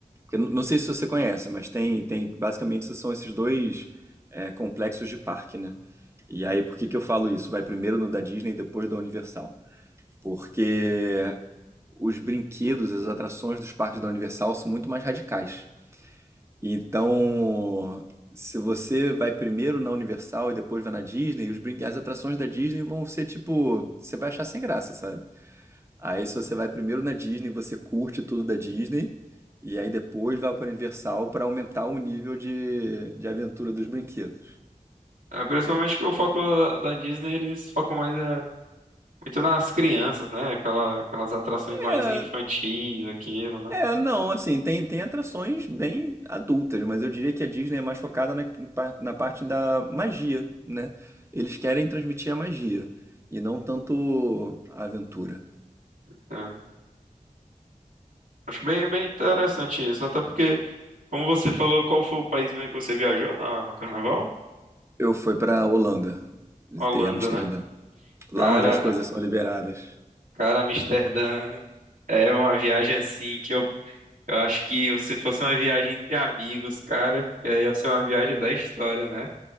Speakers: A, on the right; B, on the right.
A: Eu n- não sei se você conhece, mas tem, tem basicamente são esses dois é, complexos de parque, né? E aí, por que que eu falo isso? Vai primeiro no da Disney, depois da Universal. Porque os brinquedos, as atrações dos parques da Universal são muito mais radicais. Então, se você vai primeiro na Universal e depois vai na Disney, os brin... as atrações da Disney vão ser tipo, você vai achar sem graça, sabe? Aí se você vai primeiro na Disney, você curte tudo da Disney e aí depois vai para Universal para aumentar o nível de, de aventura dos brinquedos.
B: É, principalmente que o foco da, da Disney, eles focam mais é, muito nas crianças, né? Aquela, aquelas atrações mais
A: É,
B: infantis, aquilo, né?
A: é, não, assim, tem, tem atrações bem adultas, mas eu diria que a Disney é mais focada na, pa- na parte da magia, né? Eles querem transmitir a magia e não tanto a aventura.
B: Entendo. Acho bem, bem interessante isso, até porque, como você falou, qual foi o país mesmo que você viajou na- no carnaval?
A: Eu fui pra Holanda, visitei
B: Holanda,
A: Amsterdã.
B: né? Cara,
A: Lá onde as coisas são liberadas.
B: Cara, Amsterdã é uma viagem assim que eu, eu acho que se fosse uma viagem entre amigos, cara, ia ser uma viagem da história, né?